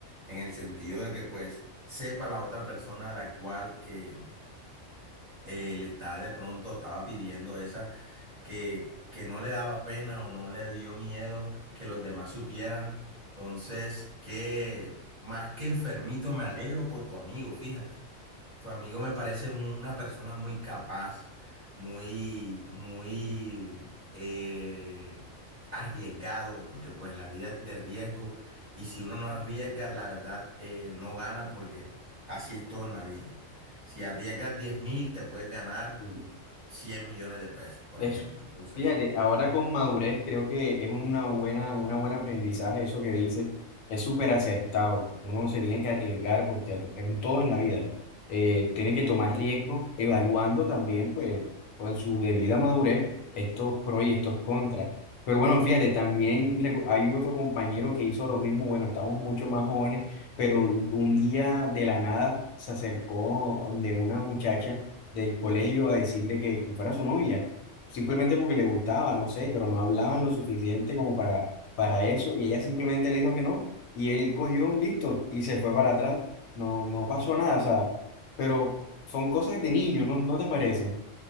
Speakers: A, on the right (about 40°); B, on the left (about 80°).
A: en el sentido de que pues sepa la otra persona a la cual que eh, le estaba de pronto estaba pidiendo esa que, que no le daba pena o no le dio miedo que los demás supieran. Entonces, que más que enfermito, me alegro por tu amigo, fíjate. Tu amigo me parece mu- una persona muy capaz, muy, muy eh, arriesgado, porque pues la vida es de riesgo y si uno no arriesga, la verdad eh, no gana porque así es todo en la vida. Si arriesgas diez mil, te puedes ganar
B: Sí.
A: 100 millones de pesos, por
B: Es,
A: ejemplo. Entonces,
B: fíjate, ahora con madurez creo que es una buena, una buena aprendizaje eso que dices. Es súper acertado. Uno se tiene que arriesgar porque en en todo en la vida eh, tiene que tomar riesgo, evaluando también, pues, con su debida madurez, estos pros y estos contras. Pero bueno, fíjate, también recu- hay otro compañero que hizo lo mismo. Bueno, estamos mucho más jóvenes, pero un un día de la nada se acercó de una muchacha del colegio a decirle que que fuera su novia simplemente porque le gustaba, no sé, pero no hablaban lo suficiente como para, para eso, y ella simplemente le dijo que no, y él cogió un listo y se fue para atrás, no, no pasó nada, o sea, pero son cosas de niño, ¿no, no te parece?